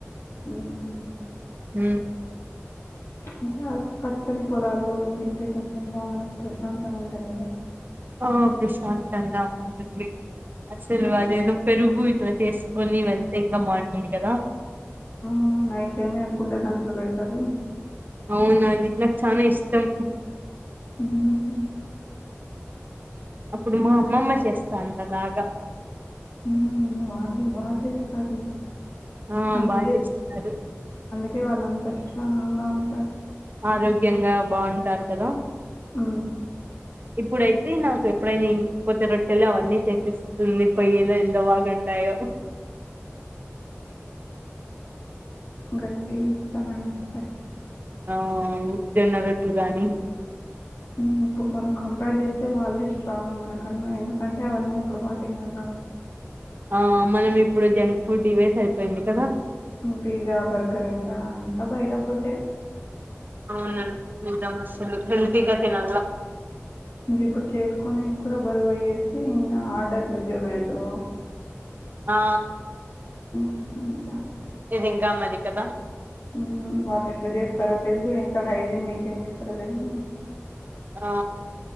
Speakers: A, on the left; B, on the right.
A: మ్మ్,
B: మ్
A: ఇంకా పచ్చని పొలాల్లో తింటే కొంచెం బాగా మనసు ప్రశాంతంగా ఉంటాది కద
B: ఆ ప్రశాంతంగా ఉంటుంది అసలు
A: మ్మ్,
B: అదేదో పెరుగు ఇట్లా చేసుకొని వెళ్తే ఇంకా బాగుంటుంది కదా
A: మ్ నైట్ టైమే కుండా దాంట్లో పెడుతారు
B: అవునండి నాకు చనా ఇష్టం
A: మ్
B: అప్పుడు మా అమ్మమ్మ చేస్తా అంద బాగా
A: మ్మ్, వాళ్ళు బాగా చేస్తారులే
B: ఆ
A: అందుకే
B: బాగా చేస్తారు
A: అందుకే వాళ్ళుంత స్ట్రాంగ్గా ఉంటారు
B: ఆరోగ్యంగా బాగుంటారు కదా
A: ఆ
B: ఇప్పుడైతే నాకు ఎప్పుడైనా ఇంటికి పోతే రొట్టెలు అవన్నీ చేసిస్తె పొయ్యేలో ఎంత బాగాంటాయో
A: గట్టి ఇత్తనాలు ఇస్తాయి
B: ఆ జొన్నరట్లు గాని
A: ఉ ఇప్పుడు మనం కంపేర్ చేస్తే వాళ్ళే స్ట్రాంగ్ మనకన్నా ఎందుకంటే అవన్నీ అప్పుడు బాగా తిన్నారు కాబట్టి
B: ఆ మనం ఇప్పుడు జంక్ ఫుడ్ ఇవే సరిపోయింది కదా
A: పిజ్జా బర్గర్ అంట అంతా బయట ఫుడ్డే
B: అవునండి నిజమసలు హెల్తిగా తినాల
A: ఇంక ఇప్పుడు చేసుకునేకి కూడా బరువయ్యేసి ఇంక ఆర్డర్లు జొమాటో
B: ఆ
A: అ అంట <unintelligible>
B: ఇది ఇంకా మరి కదా
A: ఉ వాల్లు ఎట్లా చేస్తారో తెలీదు ఎంత హైజీన్ మెయింటైన్ చేస్తారో తెలీదు
B: ఆ